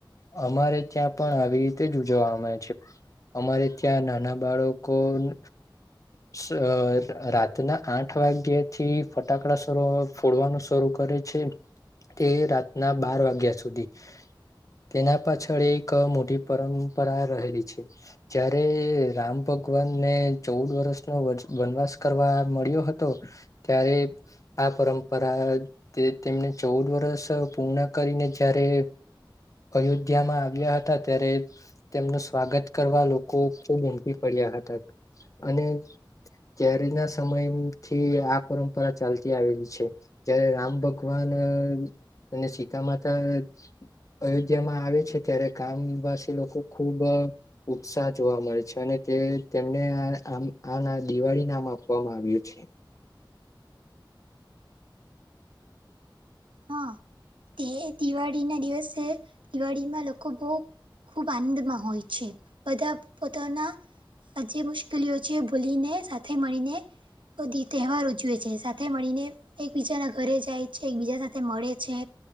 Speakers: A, on the left (about 40°); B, on the right (about 75°).
A: અમારે ત્યાં પણ આવી રીતે જ ઉજવામાં આવે છે. અમારે ત્યાં નાના બાળકોને સ રાતના આઠ વાગ્યે થી ફટાકડા સ <unintelligible> ફોડવાનું શરૂ કરે છે. તે રાતના બાર વાગ્યા સુધી. તેના પાછળ એક મોટી પરંપરા રહેલી છે. જયારે રામ ભગવાનને ચૌદ વર્ષનો વનવાસ કરવા મળ્યો હતો. ત્યારે આ પરંપરા તે તેમને ચૌદ વરષ પૂર્ણ કરીને જયારે અયોધ્યામાં આવ્યા હતા ત્યારે તેમનું સ્વાગત કરવા લોકો ખૂબ ઉમડી પડ્યા હતા. અને ત્યારે ના સમયથી આ પરંપરા ચાલતી આવેલી છે. જય્યારે રામ ભગવાન અને સીતા માતા અયોધ્યામાં આવે છે ત્યારે ગામવાસી લોકો ખુબ ઉત્સાહ જોવા મળે છે. અને તે તેમને આ આમ આ <unintelligible> દિવાળી નામ આપવામાં આવ્યું છે.
B: હા, તે દિવાળી ના દિવસે દિવાળીમાં લોકો બઉ ખૂબ આનંદમાં હોય છે. બધા પોતાના આ જે મુશ્કેલીઓ છે ભૂલીને સાથે મળીને બધી તહેવાર ઉજવે છે સાથે મળીને એકબીજાના ઘરે જાય છે એકબીજા સા તે મળે છે.